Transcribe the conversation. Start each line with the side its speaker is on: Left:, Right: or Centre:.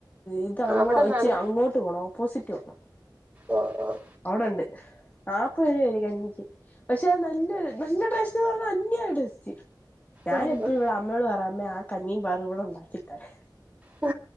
Left: ഇത്ങ്ങോ
Right: അവിടെന്നാണ്
Left: ഇച്ചിരി അങ്ങോട്ട് പോണം ഓപ്പോസിറ്റ് പോണം.
Right: ഓ ഓ
Left: അവിടുണ്ട്. നാല്പത് രൂപയാ ഒരു കഞ്ഞിക്ക് പക്ഷെ അത് നല്ല നല്ല ടേസ്റ്റ്. ച്ച് പറഞ്ഞാൽ അന്യായ ടേസ്റ്റ്. ഞാൻ
Right: ഉം
Left: എപ്പഴും ഇവിടെ അമ്മയോട് പറയും അമ്മ ആ. കഞ്ഞിയും പയറും കൂടി ഉണ്ടാക്കിത്തരാൻ.
Right: ഹ